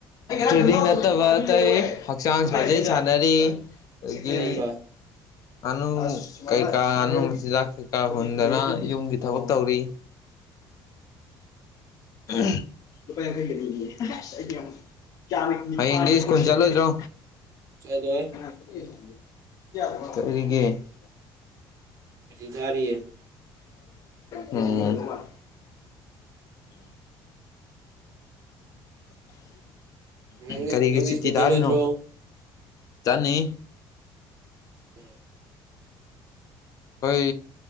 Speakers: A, on the left (about 40°); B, on the right (about 35°).
A: ꯇ꯭ꯔꯦꯗꯤꯡ ꯅꯠꯇꯕ ꯑꯇꯩ ꯍꯛꯆꯥꯡ ꯁꯥꯖꯦꯜ ꯁꯥꯥꯟꯅꯔꯤ ꯑꯗꯒꯤ
B: ꯀꯔꯝꯕ
A: ꯉꯥꯅꯨ ꯀꯩꯀꯥ ꯉꯥꯅꯨ ꯃꯆꯤꯟꯖꯥꯛ ꯀꯩꯀꯥ ꯍꯨꯟꯗꯅ ꯌꯨꯝꯒꯤ ꯊꯕꯛ ꯇꯧꯔꯤ ꯎꯝ ꯂꯨꯄꯥ ꯌꯥꯡꯈꯩꯒꯤ ꯑꯅꯤꯅꯤꯌꯦ <unintelligible> ꯍꯌꯦꯡꯗꯤ ꯁ꯭ꯀꯨꯜ ꯆꯠꯂꯣꯏꯗ꯭ꯔꯣ
B: ꯆꯠꯂꯣꯏ
A: <unintelligible>
B: ꯁꯨꯇꯤ ꯊꯥꯔꯤꯌꯦ
A: ꯎꯝ
B: ꯅꯪ
A: ꯀꯔꯤꯒꯤ
B: ꯅꯪꯗꯤ
A: ꯆꯤꯠꯇꯤ
B: ꯁ꯭ꯀꯨꯜ ꯆꯠꯂꯣꯏꯗ꯭ꯔꯣ
A: ꯇꯥꯔꯤꯅꯣ ꯆꯠꯅꯤ
B: <inaudible>
A: ꯈꯣꯏ